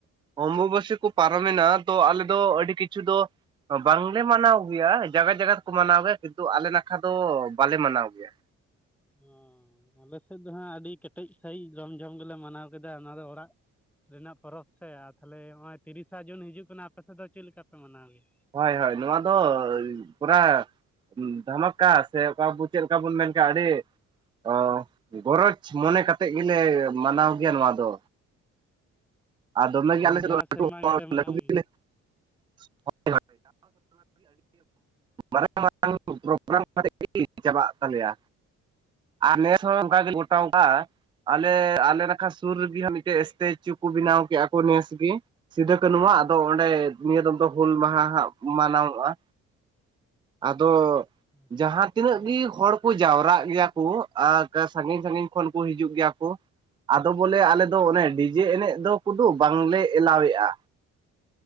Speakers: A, on the right; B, in the centre.
A: ᱚᱢᱵᱚᱥᱤ ᱠᱚ ᱯᱟᱨᱚᱢᱮᱱᱟ ᱛᱚ ᱟᱞᱮ ᱫᱚ ᱟᱹᱰᱤ ᱠᱤᱪᱷᱩ ᱫᱚ ᱵᱟᱝᱞᱮ ᱢᱟᱱᱟᱣ ᱜᱮᱭᱟ ᱡᱟᱜᱟ ᱡᱟᱜᱟ ᱛᱮᱠᱚ ᱢᱟᱱᱟᱣ ᱜᱮᱭᱟ ᱠᱤᱱᱛᱩ ᱟᱞᱮ ᱱᱟᱠᱷᱟ ᱫᱚ ᱵᱟᱞᱮ ᱢᱟᱱᱟᱣ ᱜᱮᱭᱟ,
B: ᱚᱻ ᱟᱞᱮ ᱥᱮᱫ ᱫᱚ ᱦᱟᱸᱜ ᱟᱹᱰᱤ ᱠᱮᱴᱮᱡ ᱥᱟᱺᱦᱤᱡ ᱡᱷᱚᱢ ᱡᱷᱚᱢ ᱜᱮᱞᱮ ᱢᱟᱱᱟᱣ ᱠᱮᱫᱟ ᱚᱱᱟ ᱫᱚ ᱚᱲᱟᱜ, ᱨᱮᱱᱟᱜ ᱯᱚᱨᱚᱵᱽ ᱥᱮ ᱟᱨ ᱛᱟᱦᱞᱮ ᱱᱚᱜ ᱚᱭ ᱛᱤᱨᱤᱥᱟ ᱡᱩᱱ ᱦᱤᱡᱩᱜ ᱠᱟᱱᱟ ᱟᱯᱮᱥᱮᱫ ᱫᱚ ᱪᱮᱫ ᱞᱮᱠᱟ ᱯᱮ ᱢᱟᱱᱟᱣᱜᱮᱭᱟ
A: ᱦᱳᱭ ᱦᱳᱭ ᱱᱚᱣᱟ ᱫᱚ ᱯᱩᱨᱟ ᱫᱷᱟᱢᱟᱠᱟ ᱥᱮ ᱚᱠᱟ ᱵᱚ ᱪᱮᱫ ᱞᱮᱠᱟ ᱵᱚᱱ ᱢᱮᱱ ᱠᱮᱫᱟ ᱟᱹᱰᱤ ᱚ ᱜᱚᱨᱚᱡᱽ ᱢᱚᱱᱮ ᱠᱟᱛᱮᱫ ᱜᱮᱞᱮ ᱢᱟᱱᱟᱣ ᱜᱮᱭᱟ ᱱᱚᱣᱟ ᱫᱚ ᱟᱨ ᱫᱚᱢ
B: ᱢᱟᱱᱮ
A: ᱜᱮ ᱟᱞᱮ
B: ᱡᱟᱣ
A: ᱥᱮᱫ ᱫᱚ ᱞᱟᱴᱷᱩ
B: ᱥᱮᱨᱢᱟ ᱜᱮᱯᱮ ᱢᱟᱱᱟᱣ
A: ᱞᱟᱴᱷᱩ
B: ᱜᱮᱭᱟ?
A: <inaudible> <inaudible> ᱢᱟᱨᱟᱝ ᱢᱟᱨᱟᱝ ᱯᱨᱜᱨᱟᱢ ᱪᱟᱵᱟᱜ ᱛᱟᱞᱮᱭᱟ ᱟᱨ ᱱᱮᱥ ᱚᱱᱠᱟ ᱜᱚᱴᱟᱣ ᱠᱟᱜᱼᱟ
B: ᱟᱞᱮ
A: ᱟᱞᱮ ᱟᱞᱮ ᱱᱟᱠᱷᱟ ᱥᱩᱨ ᱨᱮᱜᱮ ᱢᱤᱫᱴᱮᱡ ᱥᱴᱮᱪᱩ ᱠᱩ ᱵᱮᱱᱟᱣ ᱠᱮᱫᱼᱟ ᱠᱚ ᱱᱮᱥ ᱜᱮ ᱥᱤᱫᱩ ᱠᱟᱹᱱᱦᱩ ᱣᱟᱜ ᱟᱫᱚ ᱚᱸᱰᱮ ᱱᱤᱭᱟᱹ ᱫᱚᱢ ᱫᱚ ᱦᱩᱞ ᱢᱟᱦᱟ ᱦᱟᱸᱜ ᱢᱟᱱᱟᱣᱚᱜᱼᱟ ᱟᱫᱚ
B: ᱟᱪᱪᱷᱟ
A: ᱡᱟᱦᱟᱸ
B: ᱟᱪᱪᱷᱟ
A: ᱛᱤᱱᱟᱹᱜ
B: ᱛᱟᱦᱚᱞᱮ
A: ᱜᱤ ᱦᱚᱲ ᱠᱚ ᱡᱟᱣᱨᱟᱜ ᱜᱮᱭᱟ ᱠᱩ ᱟᱨ ᱡᱟ ᱥᱟᱺᱜᱤᱧ ᱥᱟᱺᱜᱤᱧ ᱠᱷᱚᱱ ᱠᱩ ᱦᱤᱡᱩᱜ ᱜᱮᱭᱟ ᱠᱚ ᱟᱫᱚ ᱵᱚᱞᱮ ᱟᱞᱮ ᱫᱚ
B: ᱦᱩᱸ
A: ᱚᱱᱮ ᱰᱤᱡᱮ ᱮᱱᱮᱡ ᱫᱚ, ᱠᱩᱫᱩ ᱵᱟᱝᱞᱮ ᱮᱞᱟᱣᱮᱫᱼᱟ